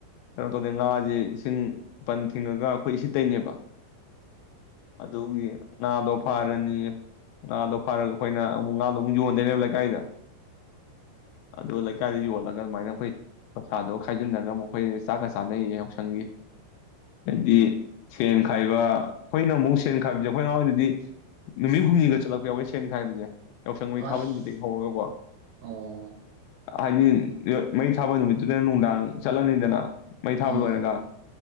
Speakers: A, on the left; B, on the right.
A: ꯀꯩꯅꯣ ꯇꯧꯗꯦ ꯉꯥꯁꯦ ꯏꯁꯤꯡ ꯄꯟ ꯊꯤꯡꯉꯒ ꯑꯩꯈꯣꯏ ꯏꯁꯤꯠ ꯇ‌ꯣꯏꯅꯦꯕ ꯑꯗꯨꯒꯤ ꯉꯥꯗꯣ ꯐꯥꯔꯅꯤ ꯉꯥꯗꯣ ꯐꯥꯔꯒ ꯑꯩꯈꯣꯏꯅ ꯑꯃꯨꯛ ꯉꯥꯗꯣ ꯑꯃꯨꯛ ꯌꯣꯟꯗꯣꯏꯅꯦꯕ ꯂꯩꯀꯥꯏꯗ ꯑꯗꯨꯗ ꯂꯩꯀꯥꯏꯗ ꯌ‌ꯣꯟ ꯂꯒ ꯑꯗꯨꯃꯥꯏꯅ ꯑꯩꯈꯣꯏ ꯄꯩꯁꯥꯗꯣꯒ ꯈꯥꯏꯖꯤꯟꯟꯅꯔꯒ ꯑꯃꯨꯛꯈꯣꯏ ꯆꯥꯛꯀ ꯆꯥꯅꯩꯌꯦ ꯌꯥꯎꯁꯪꯒꯤ ꯍꯥꯏꯗꯤ ꯁꯦꯟ ꯈꯥꯏꯕ ꯑꯩꯈꯣꯏꯅ ꯑꯃꯨꯛ ꯁꯦꯟ ꯈꯥꯏꯕꯁꯦ ꯑꯩꯈꯣꯏ ꯑꯉꯥꯡ ꯑꯣꯏꯗꯗꯤ ꯅꯨꯃꯤꯠ ꯍꯨꯝꯅꯤꯒ ꯆꯠꯂꯛꯄ ꯌꯥꯎꯋꯦ ꯁꯦꯟ ꯈꯥꯏꯕꯁꯦ ꯌꯥꯎꯁꯪ ꯃꯩ
B: ꯑꯁ
A: ꯊꯥꯕ ꯅꯨꯃꯤꯠꯇꯒꯤ ꯍꯧꯔꯒꯀꯣ
B: ꯑꯣ
A: ꯍꯥꯏꯗꯤ ꯃꯩ ꯊꯥꯕ ꯅꯨꯃꯤꯠꯇꯨꯗꯅ ꯅꯨꯡꯗꯥꯡ ꯆꯠꯂꯅꯤꯗꯅ ꯃꯩ ꯊꯥꯕ
B: ꯎꯝ
A: ꯂꯣꯏꯔꯒ